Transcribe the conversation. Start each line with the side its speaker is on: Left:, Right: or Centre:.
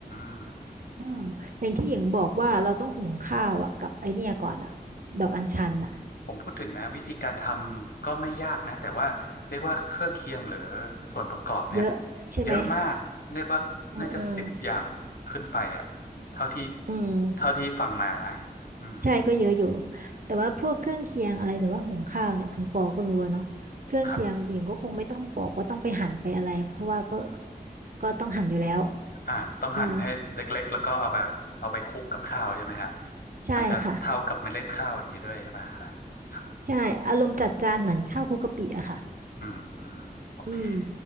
Left: ม
Right: อืมอย่างที่หญิงบอกว่าเราต้องหุงข้าวอ่ะกับไอเนี่ยก่อนอ่ะดอกอัญชันอ่ะ
Left: ผมพูดถึงนะวิธีการทำก็ไม่ยากนะแต่ว่าเรียกว่าเครื่องเคียงหรือส่วนประกอบเนี่ย
Right: เยอะใช่ไหม
Left: เยอะมากเรียกว่าน่าจะสิบอย่างขึ้นไปอ่ะเท่าที่
Right: อืมอืมอืม
Left: เท่าที่ฟังมานะอืม
Right: ใช่ก็เยอะอยู่แต่ว่าพวกเครื่องเคียงอะไรหรือว่าหุงข้าวเนี่ยคุณปอก็รู้อะเนาะเครื่องเคียงหญิงก็คงไม่ต้องบอกว่าต้องไปหั่นไปอะไรเพราะว่าก็
Left: ครับ
Right: ก็ต้องหั่นอยู่แล้ว
Left: อ่าต้องหั่นให้เล็กๆแล้วก็เอาไปเอาไปคลุกกับข้าวใช่ไหมครับ
Right: อืมใช่ค่ะ
Left: อาจจะเท่ากับเมล็ดข้าวอย่างนี้ด้วยใช่ป่ะครับครับ
Right: ใช่อารมณ์จัดจานเหมือนข้าวคลุกกะปิอะค่ะ
Left: อืมโอเค
Right: อืม